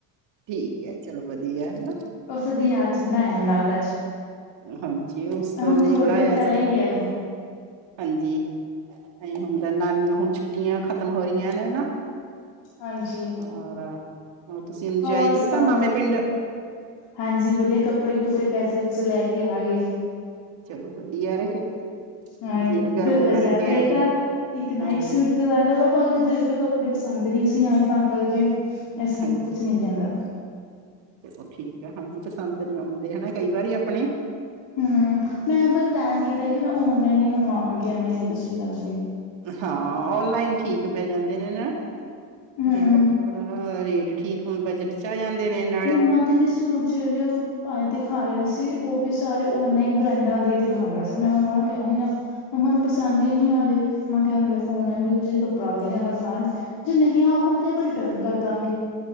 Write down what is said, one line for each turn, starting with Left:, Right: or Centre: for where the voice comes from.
Right: ਠੀਕ ਐ, ਚਲੋ ਵਧੀਆ, ਹਨਾ!
Left: ਓਸੇ ਦੀ ਯਾਦ'ਚ ਬਣਾਇਆ, ਮੈਨੂੰ ਲਗਦਾ ਅੱਜ!
Right: ਹਾਂਜੀ, ਉਸ ਲਈ
Left: ਹੁਣ ਥੋੜੇ
Right: ਬਣਾਇਆ
Left: ਦਿਨ ਪਹਿਲਾਂ
Right: ਸੀ,
Left: ਹੀ ਗਿਆ ਉਹ।
Right: ਹਾਂਜੀ! ਐਂਈ ਹੁੰਦਾ, ਨਾਨੀ ਹੁਣ ਛੁੱਟੀਆਂ ਖਤਮ ਹੋ ਰਹੀਆਂ ਨੇ, ਨਾ।
Left: ਹਾਂਜੀ।
Right: ਹੋਰ, ਉਹ ਤੁਸੀਂ ਇੰਜੋਏ
Left: ਹੋਰ
Right: ਕੀਤਾ,
Left: ਸੁਣਾਓ?
Right: ਮਾਮੇ ਪਿੰਡ?
Left: ਹਾਂਜੀ, ਵਧੀਆ, ਕੱਪੜੇ-ਕੁਪੜੇ ਪੈਸੇ-ਪੂਸੇ ਲੈਕੇ ਆਗੇ।
Right: ਚਲੋ ਵਧੀਆ ਰਹੇ
Left: ਹਾਂ,
Right: ਜੇਬ ਗਰਮ
Left: ਦੋ-ਹਜ਼ਾਰ
Right: ਕਰਕੇ
Left: ਦੇ
Right: ਆਏ
Left: ਤਾ, ਇੱਕ
Right: ਹਾਂ
Left: ਨਾਈਟ ਸੂਟ। ਦਵਾਦੋ, ਓ ਭਾਈ ਦੇ ਕੱਪੜੇ ਪਸੰਦ ਨਹੀਂ ਸੀ ਆਏ, ਤਾਂ ਕਰਕੇ ਅਸੀਂ
Right: ਹਾਂਜੀ
Left: ਕੁਛ ਨਹੀਂ ਲਿਆਂਦਾ।
Right: ਚਲੋ ਠੀਕ ਆ, ਹਾਂਜੀ, ਪਸੰਦ ਨਹੀਂ ਆਉਂਦੇ, ਹਨਾ, ਕਈ ਵਾਰੀ ਆਪਣੇ।
Left: ਹੂੰ, ਮੈਂ ਬਸ ਪਲੈਨ ਕੀਤਾ ਕਿ, ਮੈਂ ਔਨਲਾਈਨ ਹੀ ਮੰਗਵਾਵਾਂਗੀ, ਐਂਵੇ ਨਹੀ‌ ਪਸੰਦ ਆਂਦੇ ਆ।
Right: ਹਾਂ, ਔਨਲਾਈਨ ਠੀਕ ਪੈ ਜਾਂਦੇ ਨੇ ਨਾ,
Left: ਹਮ
Right: ਨਾਲੇ ਕੱਪ ਪੜਾ, ਰੇਟ ਠੀਕ ਹੁੰ ਬਜ ਆ ਜਾਂਦੇ ਨੇ, ਨਾ
Left: ਮੰਮਾ ਦੇ ਵੀ ਸੂਟ ਜਿਹੜੇ ਉਹ ਭਾਏ ਦਿਖਾ ਰਿਹਾ ਸੀ, ਉਹ ਵੀ ਸਾਰੇ ਓਨਲਾਈਨ ਬ੍ਰੈਂਡਾਂ ਦੇ ਦਿਖਾ ਈ ਰਿਹਾ ਸੀ। ਮੈਂ ਮੰਮਾ ਨੂੰ ਕਹਿਣੀ ਹੁੰਨੀ ਆ ਮੰਮਾ ਨੂੰ ਪਸੰਦ ਹੀ ਨਹੀਂ ਆਂਦੇ, ਮਾਂ ਕਹਿ ਦਿੰਦੇ ਔਨਲਾਈਨ ਵੀ ਕੁੱਝ ਕੱਪੜਾ ਵਧਿਆ ਨੀ ਆਂਦਾ ਫਲਾਣ ਜੇ ਨਹੀਂ ਆਊਗਾ ਵਧੀਆ, ਆਪਾ ਰਿਟਰਨ ਕਰਦਾਂਗੇ।